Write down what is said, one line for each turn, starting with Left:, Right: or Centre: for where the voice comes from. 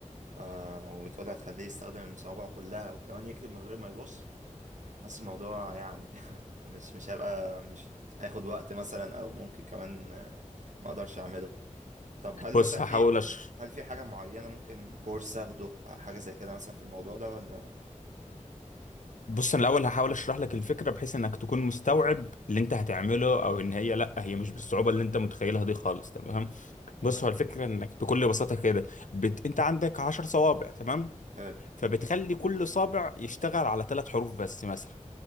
Right: آه وتقول هتخليه يستخدم صوابعه كلها وكمان يكتب من غير ما يبص حاسس الموضوع يعني <laughs> مش مش هيبقى مش هياخد وقت مثلا او ممكن كمان آه، ما اقدرش اعمله طب هل
Left: بص
Right: مثلا
Left: هحاول
Right: في
Left: أش...
Right: هل في حاجة معينة ممكن كورس اخده حاجة زي كده مثلا في الموضوع ده ولا
Left: بص انا الاول هحاول اشرح لك الفكره بحيث انك تكون مستوعب اللي انت هتعمله او ان هي لا هي مش بالصعوبه اللي انت متخيلها دي خالص تمام بص
Right: تمام
Left: هو الفكره انك بكل بساطه كده بت... انت عندك 10 صوابع تمام
Right: حلو
Left: فبتخلي كل صابع يشتغل على ثلاث حروف بس مثلا